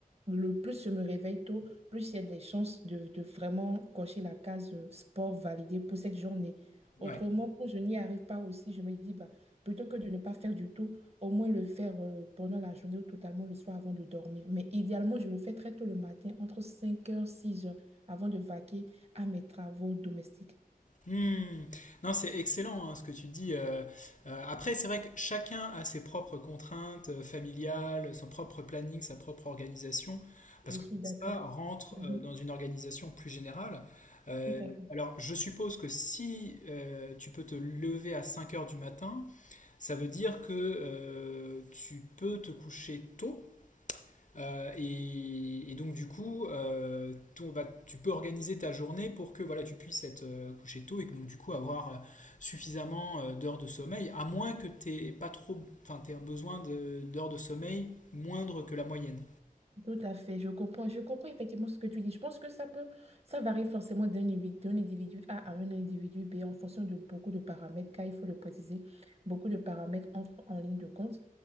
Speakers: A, on the right (about 45°); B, on the left (about 55°).
A: le plus je me réveille tôt, plus il y a des chances de, de vraiment cocher la case euh, sport validée pour cette journée.
B: Ouais.
A: Autrement, quand je n'y arrive pas aussi, je me dis, bah, plutôt que de ne pas faire du tout, au moins le faire euh, pendant la journée ou totalement le soir avant de dormir. Mais idéalement, je le fais très tôt le matin, entre cinq heures six heures, avant de vaquer à mes travaux domestiques.
B: Hmm. Non, c'est excellent hein, ce que tu dis. Euh, euh, après, c'est vrai que chacun a ses propres contraintes euh, familiales, son propre planning, sa propre organisation, parce
A: Je
B: que
A: suis
B: tout
A: d'accord.
B: ça rentre
A: Mhm.
B: euh, dans une organisation plus générale. Euh,
A: Tout à
B: alors, je suppose que si euh, tu peux te lever à 5 heures du matin, ça veut dire que euh, tu peux te coucher tôt euh, et, et, donc du coup, euh, ton- bah, tu peux organiser ta journée pour que voilà, tu puisses être euh, couché tôt et que, donc du coup avoir euh, suffisamment euh, d'heures de sommeil, à moins que t'aies pas trop, enfin t'aies un besoin de- d'heures de sommeil moindre que la moyenne.
A: Tout à fait, je comprends, je comprends effectivement ce que tu dis. Je pense que ça peut, ça varie forcément d'un individu, d'un individu A à un individu B en fonction de beaucoup de paramètres, car il faut le préciser, beaucoup de paramètres entrent en ligne de compte.